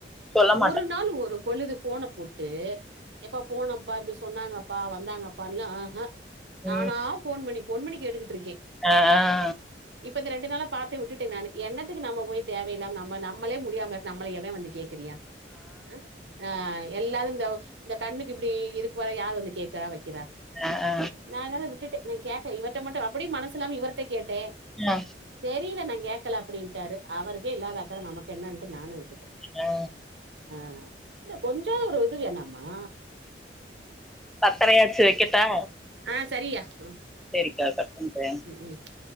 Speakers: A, in the centre; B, on the right.
A: சொல்ல மாட்டா
B: ஒரு நாளு ஒரு பொழுது ஃபோன போட்டு எப்பா போனோ பா இப்டி சொன்னாங்கப்பா வந்தாங்கப்பா இல்ல ஆஹ நானா
A: ம்
B: ஃபோன் பண்ணி ஃபோன் பண்ணி கேட்டுக்கிட்ருக்கே
A: ஆ ஆ
B: இப்ப ரெண்டு நாளா பாத்த விட்டுட்டே நானு என்னத்துக்கு நம்ம போய் தேவையில்லாம நம்ம நம்மளே முடியாம இரு நம்மள எவ வந்து கேக்குறியா ஆ ஆ எல்லாரு இந்த இந்த கண்ணுக்கு இப்டி இது போல யாரு வந்து கேக்குறா வக்கிறா
A: ஆ ஆ
B: நா அதனால விட்டுட்ட நா கேக்கல இவர்ட்ட மட்டு அப்டியு மனசுல்லாம இவர்ட்ட கேட்டே
A: அ
B: தெரில நாங் கேக்கல அப்டின்ட்டாரு அவருக்கே இல்லாதா அக்கற நமக்கு என்னன்ட்டு நானு விட்டு
A: அ
B: ஆ இல்ல கொஞ்சோ ஒரு இது வேணாமா
A: பத்தரையாச்சு வக்கட்டா
B: ஆ சரியா ஆ
A: சேரிக்கா கட் பண்றே
B: ம் ம்